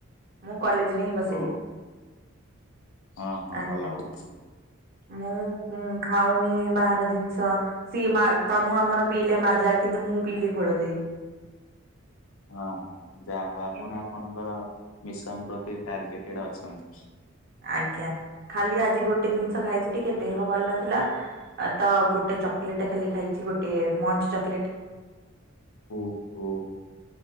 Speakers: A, on the right; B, on the left.
A: ମୁଁ କଲେଜ
B: ଓହୋ
A: ରେ ହିଁ ବସିଲି।
B: ହଁ ହଁ
A: ଆଜ୍ଞା
B: ଭଲ ଭାବୁଛୁ।
A: ମୁଁ ଉଁ ଖାଉନି ବାହାର ଜିନିଷ। ସିଏ ମା ତନୁ ଆମର ପିଇଲେ ମାରଜା କିନ୍ତୁ ମୁଁ ପିଇଲି ଘୋଳ ଦହି।
B: ହଁ ହଁ ଯାହା ହଉ ଆପଣ
A: ଏମତି
B: ଆପଣଙ୍କର ମିଶନ ପ୍ରତି ଟାର୍ଗେଟେଡ ଅଛନ୍ତି।
A: ଆଜ୍ଞା ଖାଲି ଆଜି ଗୋଟେ ଜିନିଷ
B: ହୁଁ।
A: ଖାଇଛି ଟିକେ ଦେହ ଭଲ ନଥିଲା। ଆ ତ ଗୋଟେ ଚକେଲେଟ ଖାଲି ଖାଇଛି ଗୋଟିଏ ମଞ୍ଚ ଚକେଲେଟ।
B: ଓ ହୋ